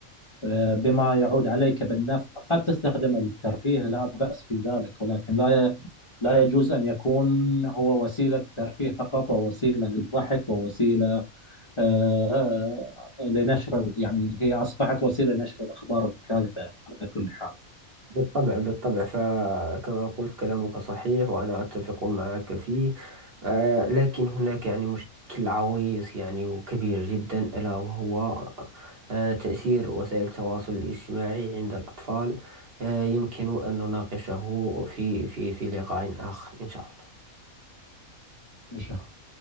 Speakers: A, on the left (about 35°); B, on the right (about 45°).
A: آه، بما يعود عليك بالنفع قد تستخدمه للترفيه لا بأس في ذلك ولكن لا ي- لا يجوز أن يكون هو وسيلة ترفيه فقط ووسيلة للضحك ووسيلة آه، آه، آه، لنشر يعني هي أصبحت وسيلة لنشر الأخبار الكاذبة على كل حال
B: بالطبع بالطبع فكما قلت كلامك صحيح وأنا أتفق معك فيه آه، لكن هناك يعني مشكل عويص يعني وكبير جدا ألا وهو آه، تأثير وسائل التواصل الاجتماعي عند الأطفال آه، يمكن أن نناقشه في في في لقاء آخر إن شاء الله
A: إن شاء الله